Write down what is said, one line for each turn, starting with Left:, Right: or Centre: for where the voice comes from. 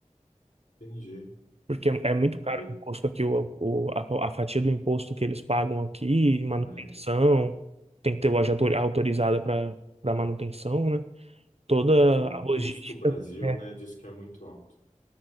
Left: Entendi.
Right: Porque é é muito
Left: Não,
Right: caro
Left: eu-
Right: o imposto aqui, o, o- a, a fatia do imposto que eles pagam aqui, manutenção,
Left: ah, é.
Right: tem que ter loja autor- autorizada para para manutenção, né? Toda
Left: É, O
Right: a logística.
Left: custo Brasil,
Right: É,
Left: né, diz que é muito alto.